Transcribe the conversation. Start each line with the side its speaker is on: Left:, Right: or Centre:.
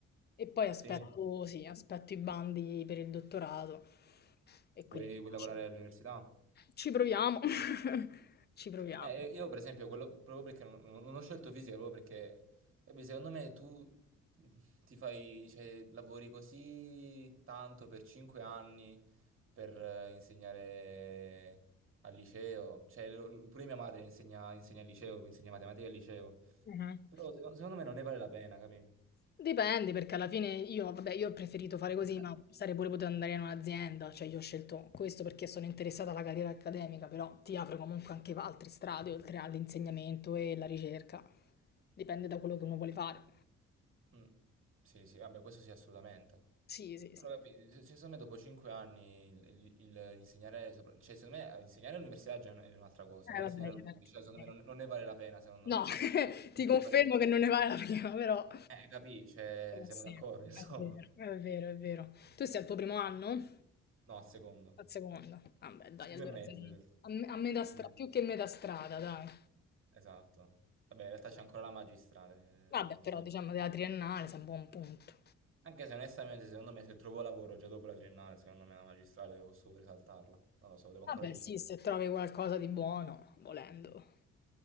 Left: e poi aspetto,
Right: Sì?
Left: sì, aspetto i bandi per il dottorato e quindi
Right: Vuoi, vuoi lavorare
Left: ci
Right: all'università?
Left: ci proviamo, <laughs> ci proviamo.
Right: Eh, io per esempio, quello, proprio perché non, non ho scelto fisica, proprio perché eh, beh, secondo me tu ti fai, cioè, lavori così tanto per cinque anni per eh, insegnare al liceo, cioè lo- pure mia madre insegna, insegna al liceo, insegna matematica al liceo.
Left: Mhm.
Right: Però seco- secondo, me non ne vale la pena, capì?
Left: Dipende, perché alla fine io, vabbè, io ho preferito fare così,
Right: Beh,
Left: ma sarei pure potuto andare in un'azienda, cioè io ho scelto questo perché sono interessata alla carriera accademica, però ti apre comunque anche altre strade oltre all'insegnamento e la ricerca. Dipende da quello che uno vuole fare.
Right: Mm. Sì, sì, vabbè, questo sì, assolutamente.
Left: Sì, sì,
Right: Però
Left: sì.
Right: capi, se- secondo me dopo cinque anni il, il- il- l'insegnare, sopra- cioè secondo me eh, insegnare all'università già è un'altra cosa, però
Left: Eh, vabbè,
Right: insegnare
Left: certo.
Right: all'università
Left: sì.
Right: secondo me non, non ne vale la pena, secondo
Left: No,
Right: me.
Left: <laughs>
Right: Devi
Left: ti confermo
Right: fare-
Left: che non ne vale la prima, però...
Right: Eh, capì, cioè,
Left: però
Right: siamo
Left: sì,
Right: d'accordo, <laughs> insomma.
Left: è vero, è vero, è vero. Tu sei al tuo primo anno?
Right: No, al secondo.
Left: Al secondo? Vabbè, dai,
Right: Due
Left: allora
Right: e mezzo
Left: sei
Right: in realtà.
Left: a, me- a metà
Right: Due
Left: strada,
Right: e mezzo.
Left: più che metà strada, dai.
Right: Esatto. Vabbè, in realtà c'è ancora la magistrale
Left: Vabbè,
Right: eh, di
Left: però
Right: mezzo.
Left: diciamo della triennale sei a buon punto.
Right: Anche se onestamente, secondo me, se trovo lavoro già dopo la triennale, secondo me la magistrale posso pure saltarla. Non lo so, devo
Left: Vabbè,
Right: ancora decidere.
Left: sì, se trovi qualcosa di buono, volendo,